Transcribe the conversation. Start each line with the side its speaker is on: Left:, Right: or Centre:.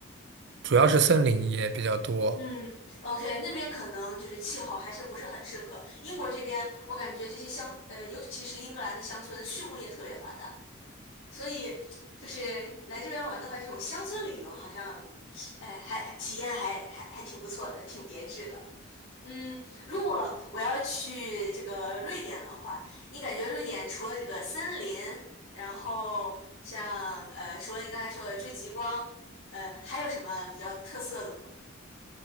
Right: 主要是森林也比较多。
Left: 嗯，OK，那边可能就是气候还是不是很适合。英国这边，我感觉这些乡，呃，尤其是英格兰的乡村，畜牧业特别发达，所以就是来这边玩的话，这种乡村旅游好像，哎，还还体验还还还挺不错的，挺别致的。嗯，如果我要去这个瑞典的话，你感觉瑞典除了这个森林，然后像呃，除了你刚才说的追极光，呃，还有什么比较特色的吗？